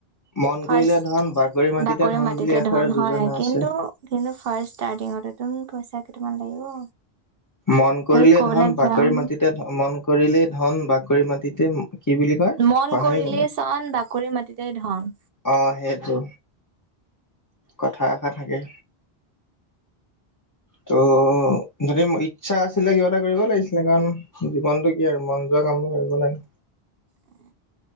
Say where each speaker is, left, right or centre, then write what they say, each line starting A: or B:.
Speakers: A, on the left; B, on the right.
A: মন
B: ফাৰ্ষ্ট
A: কৰিলে ধন বাগৰি মাটিত।
B: বাকৰে
A: তে ধন
B: মাটিতে
A: বুলি এষাৰ
B: ধন
A: যোজনা
B: হয় কিন্তু
A: আছে।
B: কিন্তু ফাৰ্ছ ষ্টাৰ্তিংতে তুম পইচা কেইটামান লাগিব?
A: মন কৰিলে
B: আৰু ক'বালৈ
A: ধন বাকৰি
B: যাম
A: মাটিতে মন কৰিলেই ধন বাকৰি মাটিতে কি বুলি কয়?
B: মন
A: পাহৰি
B: কৰিলেই
A: গ'লো,
B: চন বাকৰি মাটিতে ধন।
A: অ সেইটো, কথা এষাৰ থাকে। তো উ যদি ইচ্ছা আছিলে কিবা এটা কৰিব লাগিছিলে কাৰণ জীৱনটো কি আৰু মন যোৱা কামবোৰ কৰিব লাগে।
B: উম।